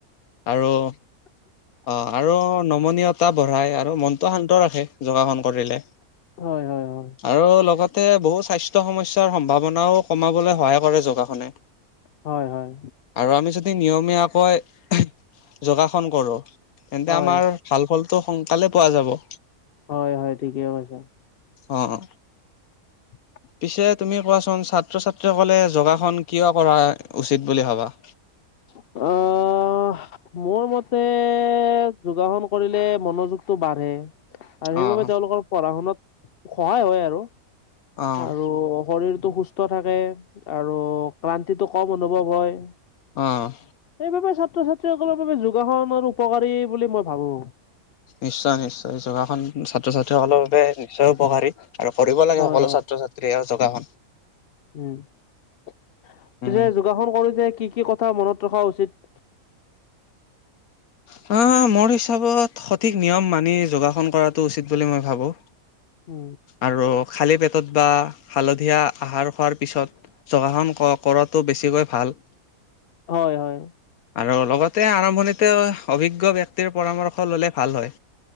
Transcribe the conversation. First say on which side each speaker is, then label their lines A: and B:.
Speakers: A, on the left; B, on the left.
A: আৰু।
B: <unintelligible>
A: অ', আৰু নমনীয়তা বঢ়াই আৰু মনটো শান্ত ৰাখে, যোগাসন কৰিলে।
B: হয়, হয়। হয়
A: আৰু, লগতে বহু স্বাস্থ্য সমস্যাৰ সম্ভাৱনাও কমাবলৈ সহায় কৰে যোগাসনে।
B: হয়, হয়।
A: আৰু আমি যদি নিয়মীয়াকৈ যোগাসন কৰোঁ, তেন্তে
B: হয়
A: আমাৰ ভাল ফলটো সোনকালে পোৱা যাব।
B: হয়, হয়। ঠিকেই কৈছা।
A: অ'।
B: <unintelligible>
A: পিছে তুমি কোৱাচোন, ছাত্ৰ-ছাত্ৰীসকলে যোগাসন কিয় কৰা উচিত বুলি ভাবা?
B: অ'। মোৰ মতে, যোগাসন কৰিলে মনোযোগতটো বাঢ়ে। আৰু সেইবাবে
A: অ',
B: তেওঁলোকৰ পঢ়া শুনাত, সহায় হয় আৰু।
A: অ',
B: আৰু শৰীৰটো সুস্থ থাকে, আৰু ক্লান্তিটো কম অনুভৱ হয়।
A: অ'।
B: সেইবাবে ছাত্ৰ ছাত্ৰীসকলৰ বাবে যোগাসন আৰু উপকাৰী বুলি মই ভাবো।
A: নিশ্চয়, নিশ্চয়। যোগাখন ছাত্ৰ-ছাত্ৰীসকলৰ বাবে নিশ্চয় উপকাৰী। আৰু কৰিব লাগে,
B: হয়
A: সকলো ছাত্ৰ-ছাত্ৰীয়ে যোগাসন।
B: উ। পিছে
A: উম,
B: যোগাসন কৰোঁতে কি কি কথা মনত ৰখা উচিত?
A: হা, মোৰ হিচাপত সঠিক নিয়ম মানি যোগাসন কৰাটো উচিত বুলি মই ভাবোঁ।
B: উ।
A: আৰু খালী পেটত বা হালধীয়া আহাৰ খোৱাৰ পিছত যোগাসন ক-কৰাটো বেছিকৈ ভাল।
B: হয়, হয়।
A: আৰু লগতে, আৰম্ভণিতে অভিজ্ঞ ব্যক্তিৰ পৰামৰ্শ ললে ভাল হয়।